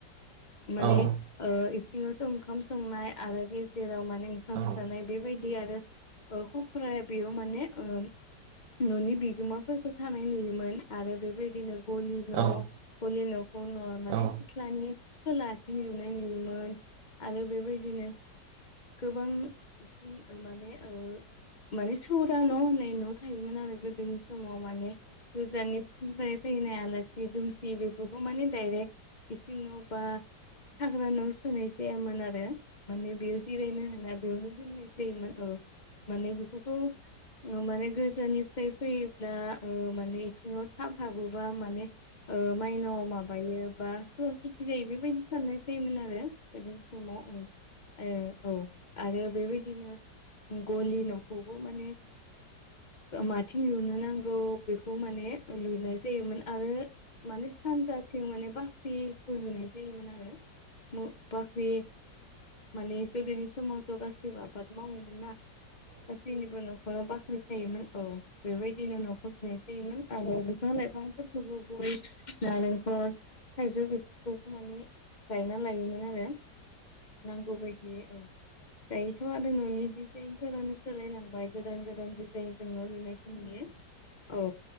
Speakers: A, on the right; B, on the left.
A: औ
B: माने ओ सिङावथ ओंखाम संनाय आरो गेजेराव माने ओंखाम
A: औ
B: जानाय बेबायदि आरो ओ खुखुराया बेयाव माने ओ ननि बिगोमाफोरखौ थानाय नुयोमोन आरो बेबायदिनो गलि न'
A: औ औ
B: गलि न'खौ नया माने
A: नंगौ
B: सिथ्लानि खोलाथिं लुनाय नुयोमोन आरो बेबायदिनो गोबां इसिं माने ओ माने सौरा न' होननाय न' थायोमोन आरो गो दोनि समाव माने गोजाननिफ्राय फैनाय आलासि दोम सि बेफोरखौ माने डाइरेक्ट इसिं न' बा थाग्रा न' सोनाय जायामोन आरो माने बे जिरायनो होना बेयावनो दोननाय जायोमोन औ माने बेफोरखौ माने गोजाननिफ्राय फैयोब्ला माने इसिङाव थाब हाबोबा माने माइनाव माबायो बा सुवा सुथि जायो बेबायदि साननाय सोन आरो समाव औ औ आरो बेबायदिनो गलि नखौबो माने माथिं लुनो नांगौ बेखौ माने लुनाय जायोमोन आरो माने सानजाथिं माने बा बाख्रि फु लुनाय जायोमोन आरो बाख्रि माने गोदोनि समावथ' गासैबो आबाद मावोमोन ना गासैनिबो न' ननो बाख्रि थायोमोन औ बेबायदिनो न'खौ होननाय जायोमोन आरो बिफां लाइफांफोरखौबो गय नारेंखल थाइजौ बेफोरखौबो माने गायना लायोमोन आरो नांगौ बायदि औ दायोथ' आरो न'नि डिजाइनफोरानो सोलायलांबाय गोदान गोदानाइ जों लुनायखौ नुयो औ